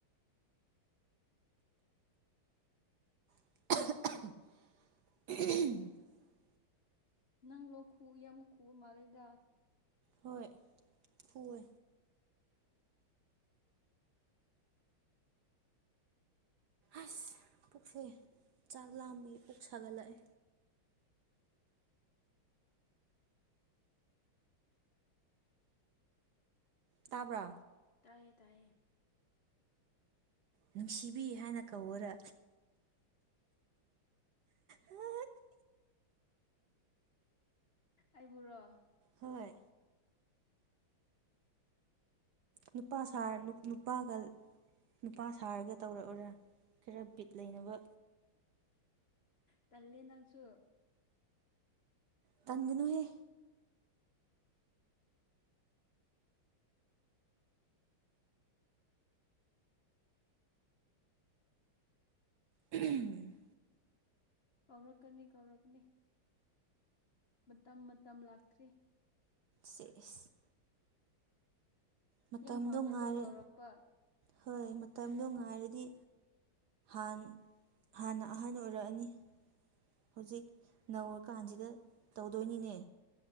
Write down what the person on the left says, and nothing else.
ꯅꯪꯂ ꯂꯣ ꯈꯨ ꯌꯥꯝ ꯈꯨꯕ ꯃꯥꯜꯂꯦꯗ
ꯇꯥꯏꯌꯦ ꯇꯥꯏꯌꯦ
ꯑꯩꯕꯨꯣꯔꯣ
ꯇꯜꯂꯦ ꯅꯪꯁꯨ
ꯀꯧꯔꯛꯀꯅꯤ ꯀꯧꯔꯛꯀꯅꯤ ꯃꯇꯝ ꯃꯇꯝ ꯂꯥꯛꯇ꯭ꯔꯤ
ꯌꯥꯝ ꯄꯥꯝꯔꯕꯣ
ꯀꯧꯔꯛꯄ